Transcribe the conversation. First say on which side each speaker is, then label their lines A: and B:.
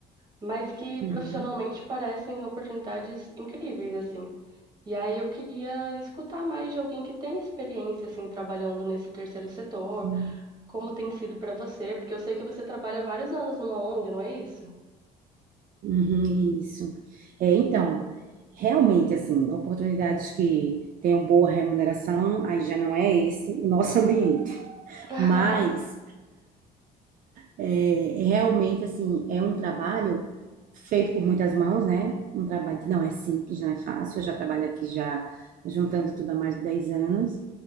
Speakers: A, on the right; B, on the right.
A: mas que
B: uhum,
A: profissionalmente parecem oportunidades incríveis, assim. E aí eu queria escutar mais de alguém que tem experiência, assim, trabalhando nesse terceiro setor,
B: uhum,
A: como tem sido para você, porque eu sei que você trabalha há vários anos numa ONG, não é isso?
B: uhum, isso. É, então, realmente, assim, oportunidades que tenham boa remuneração, aí já não é esse o nosso <laughs> ambiente.
A: <laughs>
B: Mas, é, é realmente, assim, é um trabalho feito por muitas mãos, né? Um trabalho que não é simples, não é fácil. Eu já trabalho aqui já juntando tudo há mais de 10 anos.